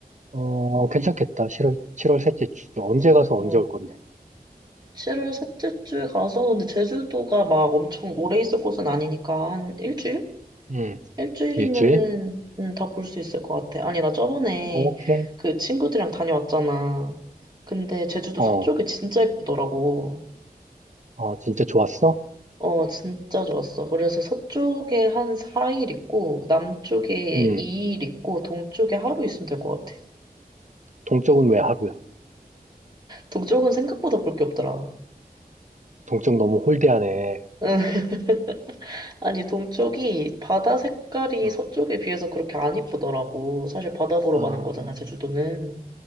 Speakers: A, on the right (about 50°); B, on the right (about 25°).
A: 어, 괜찮겠다. 7월 칠월 셋째 주 언제 가서
B: 어.
A: 언제 올 건데?
B: 7월 셋째 주에 가서, 근데 제주도가 막 엄청 오래 있을 곳은 아니니까, 한 일주일?
A: 응,
B: 일주일이면은
A: 일주일?
B: 음, 다볼 수 있을 것 같아. 아니, 나 저번에
A: 오케이.
B: 그 친구들이랑 다녀왔잖아. 근데 제주도
A: 어,
B: 서쪽이 진짜 예쁘더라고.
A: 아 진짜 좋았어?
B: 어, 진짜 좋았어. 그래서 서쪽에 한 4일 있고, 남쪽에
A: 응,
B: 2일 있고, 동쪽에 하루 있으면 될 것 같아.
A: 동쪽은 왜 하루야?
B: 동쪽은 생각보다 볼 게 없더라.
A: 동쪽 너무 홀대하네.
B: <laughs> 아니, 동쪽이 바다 색깔이
A: 응.
B: 서쪽에 비해서 그렇게 안 예쁘더라고. 사실 바다 보러
A: 아,
B: 가는 거잖아, 제주도는.